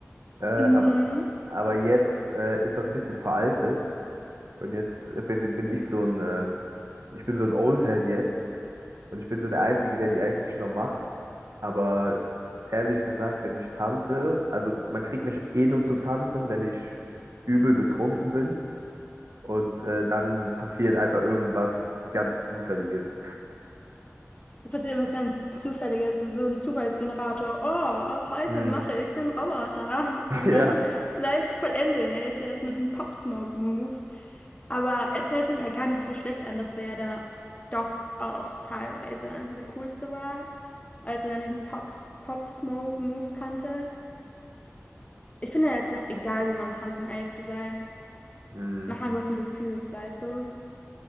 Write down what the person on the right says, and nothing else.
äh, aber,
aber jetzt äh, ist das ein bisschen veraltet und jetzt bin, bin ich so ein, äh, ich bin so ein Oldhead jetzt und ich bin so der Einzige, der die eigentlich noch macht aber ehrlich gesagt, wenn ich tanze, also man kriegt mich eh nur zum Tanzen, wenn ich übel betrunken bin. Und äh, dann passiert einfach irgendwas ganz Zufälliges.
Mm,
<laughs>
ja,
mm,